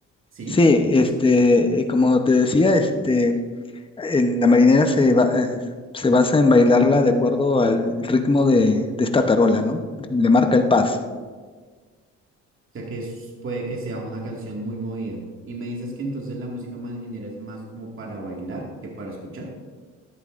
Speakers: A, on the right; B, on the left.
A: sí,
B: sí,
A: me dices.
B: este, eh, como te decía, este, el- la marinera se va- eh, se basa en bailarla de acuerdo al ritmo de, de esta tarola, ¿no? Le marca el paso.
A: O sea que es- puede que sea una canción muy movida. Y me dices que entonces la música marinera es más como para bailar que para escuchar.